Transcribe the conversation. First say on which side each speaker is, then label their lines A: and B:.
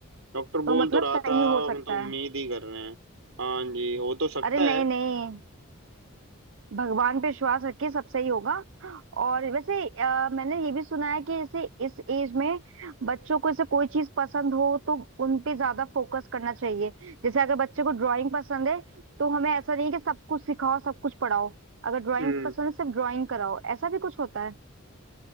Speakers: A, on the right; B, on the right.
A: डॉक्टर
B: तो
A: बोल
B: मतलब
A: तो
B: सही
A: रहा था
B: हो सकता
A: हम तो उम्मीद
B: है
A: ही कर रहे हैं हाँ जी हो तो सकता
B: अरे नहीं
A: है
B: नहीं भगवान पे विश्वास रखिए सब सही होगा और वैसे अ, मैंने ये भी सुना है कि जैसे इस एज में बच्चों को जैसे कोई चीज पसंद हो तो उन पे ज्यादा फोकस करना चाहिए जैसे अगर बच्चे को ड्राइंग पसंद है तो हमें ऐसा नहीं कि सब कुछ सिखाओ सब कुछ पढ़ाओ अगर ड्राइंग
A: हम्म
B: पसंद है सिर्फ ड्राइंग कराओ ऐसा भी कुछ होता है